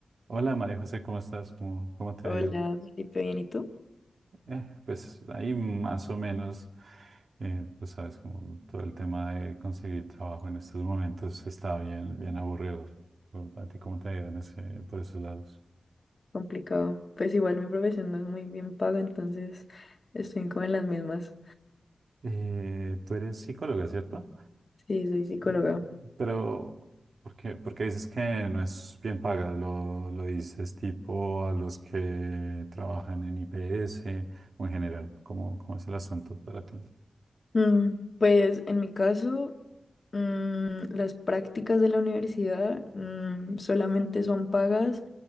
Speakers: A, on the right; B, on the left.
A: Hola María José, ¿cómo estás? ¿Cómo, cómo te
B: Hola,
A: ha ido?
B: Felipe, bien, ¿y tú?
A: Eh, pues ahí más o menos, eh, pues sabes, como todo el tema de conseguir trabajo en estos momentos está bien, bien aburrido. Bueno, ¿A ti cómo te ha ido en ese- por esos lados?
B: Complicado. Pues igual mi profesión no es muy bien paga, entonces estoy como en las mismas.
A: Eh, tú eres psicóloga, ¿cierto?
B: Sí, soy psicóloga.
A: Eh, pero, ¿por qué, por qué dices que no es bien paga? ¿Lo, lo dices tipo a los que trabajan en IPS o en general? ¿Cómo, cómo es el asunto para ti?
B: Mm, pues en mi caso, mm, las prácticas de la universidad mm, solamente son pagas